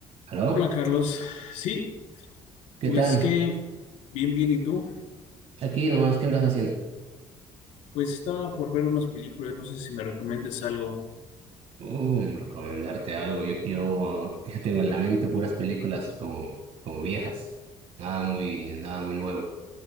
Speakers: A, on the right; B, on the left.
A: ¿Aló?
B: Hola Carlos, sí,
A: ¿Qué
B: pues
A: tal?
B: que bien, bien, ¿y tú?
A: Aquí nomás, ¿qué andas haciendo?
B: Pues estaba por ver unas películas, no sé si me recomiendas algo.
A: Um, recomendarte algo. Yo, yo, <laughs> yo tengo en la mente puras películas como, como viejas. Nada muy, nada muy nuevo.